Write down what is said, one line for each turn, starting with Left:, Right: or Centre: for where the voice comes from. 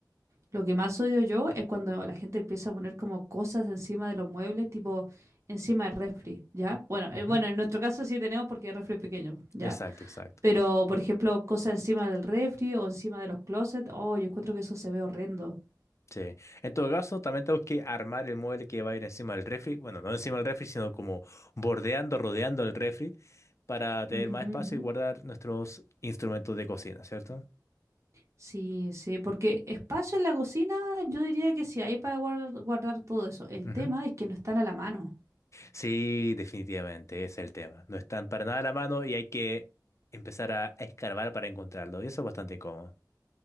Right: lo que más odio yo es cuando la gente empieza a poner como cosas encima de los muebles, tipo encima del refri, ¿ya? Bueno, eh,
Left: Ujú.
Right: bueno, en nuestro caso sí tenemos porque el refri es pequeño, ¿ya?
Left: Exacto, exacto.
Right: Pero, por ejemplo, cosas encima del refri o encima de los closets, oh, yo encuentro que eso se ve horrendo.
Left: Sí. En todo caso, también tengo que armar el mueble que va a ir encima del refri. Bueno, no encima del refri, sino como bordeando, rodeando el refri para tener
Right: Ujú,
Left: más espacio
Right: ujú.
Left: y guardar nuestros instrumentos de cocina, ¿cierto?
Right: Sí, sí, porque espacio en la cocina, yo diría que sí hay para guardar, guardar todo eso. El
Left: Ujú.
Right: tema es que no están a la mano.
Left: Sí, definitivamente, ese es el tema. No están para nada a la mano y hay que empezar a escarbar para encontrarlo. Y eso es bastante incómodo.